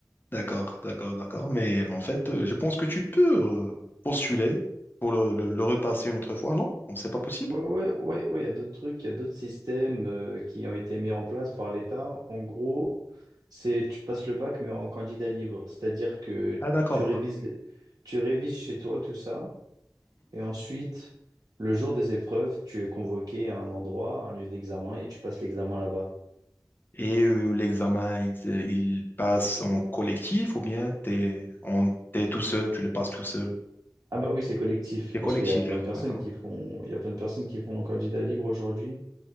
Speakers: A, on the left; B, on the right.
A: D'accord, d'accord, d'accord. Mais en fait, euh, je pense que tu peux euh, postuler pour le, le, le repasser une autre fois, non? Bon, c'est pas possible.
B: Ouais, ouais, ouais, ouais, il y a d'autres trucs, il y a d'autres systèmes euh, qui ont été mis en place par l'État. En gros, c'est tu passes le bac mais en candidat libre, c'est-à-dire que
A: Ah, d'accord.
B: tu révises les- tu révises chez toi tout ça. Et ensuite, le jour des épreuves, tu es convoqué à un endroit, à un lieu d'examen, et tu passes l'examen là-bas.
A: Et euh, l'examen, il, se- il passe en collectif ou bien t'es, on, t'es tout seul, tu le passes tout seul.
B: Ah bah oui, c'est collectif,
A: C'est collectif,
B: parce qu'il y a plein de personnes
A: d'accord.
B: qui font, il y a plein de personnes qui font un candidat libre aujourd'hui.